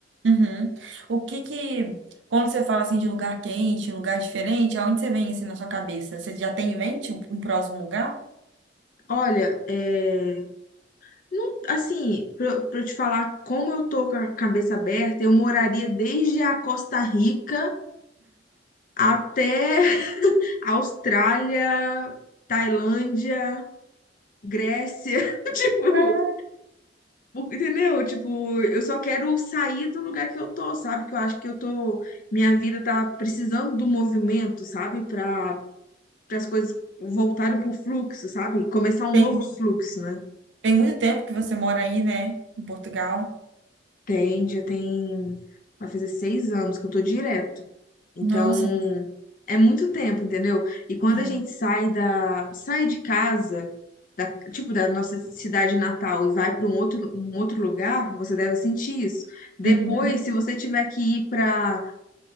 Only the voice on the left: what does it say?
Olha, é, não- assim, pra pra eu te falar como eu tô com a cabeça aberta, eu moraria desde a Costa Rica até <laughs> Austrália, Tailândia, Grécia, <laughs> tipo,
entendeu? Tipo, eu só quero sair do lugar que eu tô, sabe? Que eu acho que eu tô, minha vida tá precisando do movimento, sabe? Para para as coisas voltarem pro fluxo, sabe? Começar um
novo fluxo, né?
Tem, já tem, vai fazer seis anos que eu tô direto. Então,
é muito tempo, entendeu? E quando
a gente sai da, sai de casa da, tipo, da nossa cidade natal e vai para um outro, um outro lugar, você deve sentir isso. Depois,
se você tiver que ir para,